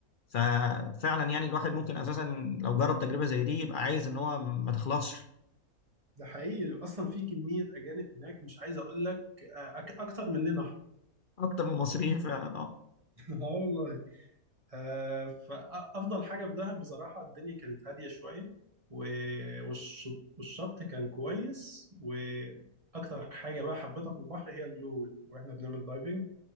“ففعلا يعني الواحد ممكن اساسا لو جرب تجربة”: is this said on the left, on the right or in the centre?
Left